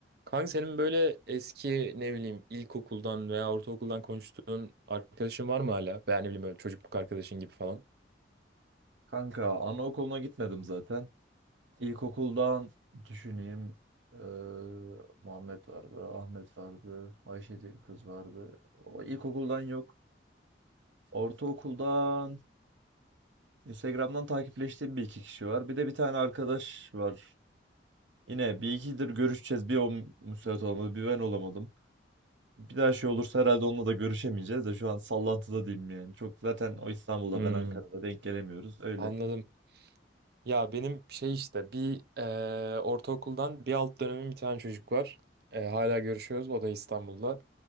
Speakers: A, on the right; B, on the right.
A: Kanka senin böyle eski ne bileyim ilkokuldan veya ortaokuldan konuştuğun arkadaşın var mı hala? Veya ne bileyim böyle çocukluk arkadaşın gibi falan.
B: Kanka anaokuluna gitmedim zaten. İlkokuldan düşüneyim. eee, Muhammed vardı, Ahmet vardı, Ayşe diye bir kız vardı. O ilkokuldan yok. Ortaokuldan Instagram'dan takipleştiğim bir iki kişi var. Bir de bir tane arkadaş var. Yine bir ikidir görüşeceğiz. Bir o mü- müsait olmadı, bir ben olamadım. Bir daha şey olursa herhalde onunla da görüşemeyeceğiz de şu an sallantıda değilim yani. Çok zaten o İstanbul'da
A: Hmm,
B: ben Ankara'da denk gelemiyoruz. Öyle.
A: anladım. Ya benim şey işte bir eee, ortaokuldan bir alt dönemin bir tane çocuk var. Eee, hala görüşüyoruz. O da İstanbul'da.